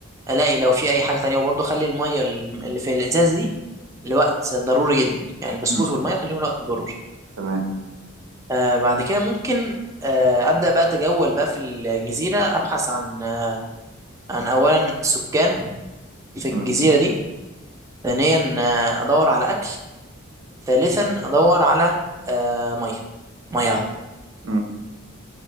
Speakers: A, on the right (about 15°); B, on the right (about 80°).
A: الاقي لو في اي حاجه تانية وبرضه اخلي الميه اللي في الازاز دي لوقت ضروري جدا يعني البسكوت
B: مم.
A: والميه خليهم لوقت ضروري
B: تمام
A: آه، بعد كده ممكن آه، ابدا بقى اتجول بقى في الجزيره ابحث عن عن اولا سكان في
B: مم.
A: الجزيره دي ثانيا آه، ادور على اكل ثالثا ادور على آه، ميه ميه عذب
B: مم.